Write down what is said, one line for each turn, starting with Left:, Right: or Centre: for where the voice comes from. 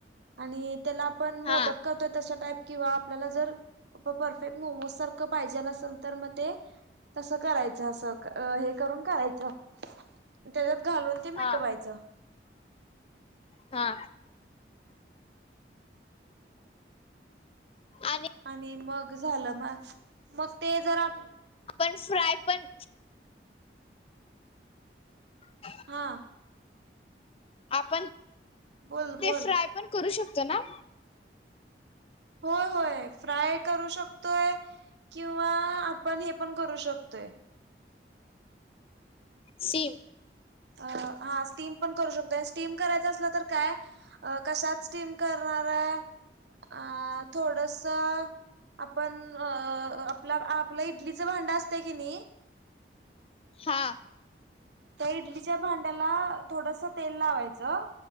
Right: आणि त्याला आपण मोदक
Left: हा
Right: कर तशा टाईप किंवा आपल्याला जर परफेक्ट मोमोज सारख पाहिजेल असेल तर मग ते तसं करायचं असं हे. करून करायच त्याच्यात घालून ते मिटवायच.
Left: हा हा. आणि
Right: आणि मग झालं मग मग ते जरा
Left: पण फ्राय पण हं
Right: हा.
Left: आपण
Right: बोल बोल
Left: ते फ्राय पण करू शकतो ना.
Right: होय होय फ्राय करू शकतोय‌. किंवा आपण हे पण करू शकतोय.
Left: स्टीम
Right: अ हा स्टीम पण करू शकतो स्टीम करायचं असलं तर काय अ कशात स्टीम करणाराय अ थोडंस आपण अ आपला आपलं इडलीच भांडं असतंय की नी
Left: हा
Right: त्या इडलीच्या भांड्याला थोडंस तेल लावायचं